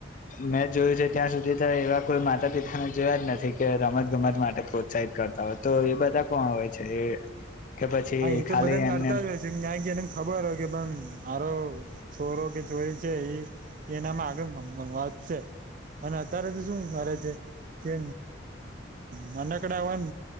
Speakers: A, on the left; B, on the right.
A: મે જોયું છે, ત્યાં સુધી તો એવા કોઈ માતા-પિતા જોયા જ નથી, કે રમત-ગમત માટે પ્રોત્સાહિત કરતા હોય તો એ બધા કોણ હોય છે એ કે પછી
B: હા, એ તો
A: ખાલી
B: બધાન નડતા
A: એમને
B: જ હોય છે. કારણ કે એને ખબર હોય કે મારો છોરો કે છોરી છે એ એનામાં આગળ વધશે. અને અત્યારે તો શું કરે છે. કે નાનાકડા હોયન